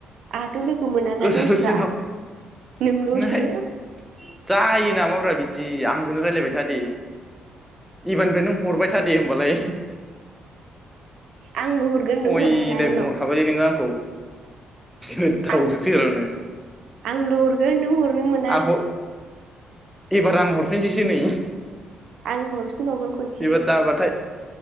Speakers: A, on the right; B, in the centre.
A: आंहाथ' लोगो मोनाना
B: गोदाव
A: दस्रा
B: सोराव
A: नोंल'सो
B: नाय जायो नामा बिदि आंजोंनो रायलायबाय थादे एबारनिफ्राय नों हरबाय थादे होमबालाय
A: आंल' हरगोन नों
B: अय
A: हरनो मोना
B: नाय
A: आंनाव
B: बुंहरखाबायलै नोङो आंखौ गोदाव
A: आं
B: सोरावनो
A: आंल हरगोन नों हरनो मोना।
B: आं हर एबार आं हरफिनसैसो नै
A: आंगुर <unintelligible> खनसे
B: एबार जाबाथाय